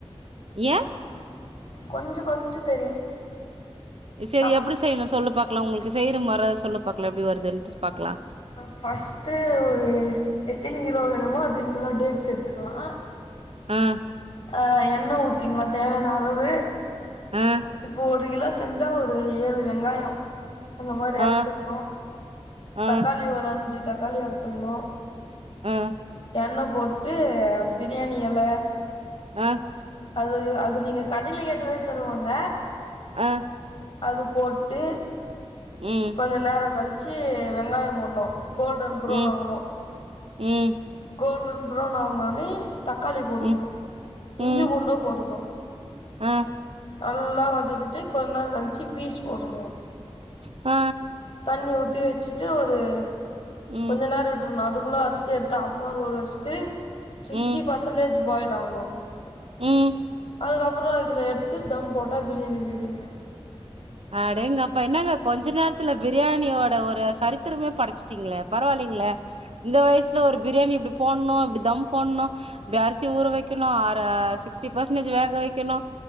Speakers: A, on the right (about 65°); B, on the left (about 55°).
A: ஏ
B: கொஞ்ச கொஞ்சோ தெரியு
A: சேரி
B: அப்
A: எப்டி செய்ணு சொல்லு பாக்லா உங்ளுக்கு செய்ற மர சொல்லு பாக்லா எப்டி வருதுன்ட்டு பாக்லா
B: ஃபர்ஸ்ட்டு ஒரு எத்தனி கிலோ வேணுமோ அத்தனி கிலோ டேக்ஸ் எடுத்துக்கலா
A: ஆ
B: ஆ எண்ண ஊத்திக்லா தேவயான அளவு
A: ஆ
B: இப்போ ஒரு கிலோ செஞ்சா ஒரு ஏழு வெங்காயோ அந்த மாரி அறுத்துக்ணு
A: ஆ ஆ
B: தக்காளி ஒரு அஞ்சு தக்காளி அறுத்துக்ணு
A: ம்
B: என்ன போட்டு பிரியாணி எல
A: ஆ
B: அதுது அது நீங்க கடைல கேட்டாலே தருவாங்க
A: ஆ
B: அது போட்டு
A: ம்
B: கொஞ்ச நேரோ கழ்ச்சு வெங்காயோ போட்னு கோல்டன் ப்ரவுன்
A: ம்
B: ஆகனு
A: ம்
B: கோல்டன் ப்ரவுன் ஆக்னோனே தக்காளி போடணு
A: ம்
B: இஞ்சி
A: ம்
B: பூண்டு போடணு
A: ஆ
B: நல்லா வதக்கிட்டு கொஞ்ச நேரங்கழிச்சு பீஸ் போடணு
A: ஆ
B: தண்ணி ஊத்தி வச்சுட்டு ஒரு
A: ம்
B: கொஞ்ச நேர விட் றனு அதுக்குள்ள அரிசி எடுத்து ஆஃப்நார் ஊர வச்சிட்டு சிக்ஸ்ட்டி
A: ம்
B: பெர்ஸன்ட்டேஜ் பாயில் ஆகணு
A: ம்
B: அதுக்கப்புற அதுல எடுத்து தம் போட்டா பிரியாணி ரெடிங்க
A: அடேங்கப்பா என்னங்க கொஞ்ச நேரத்துல பிரியாணியோட ஒரு சரித்திரமே படச்சுட்டீங்களே பரவால்லைங்களே இந்த வயசுல ஒரு பிரியாணி இப்டி போண்ணு இப்டி தம் போண்ணு ப்டி அரிசி ஊர வைக்கணு அற சிக்ஸ்டி பர்சன்டேஜ் வேக வைக்கணு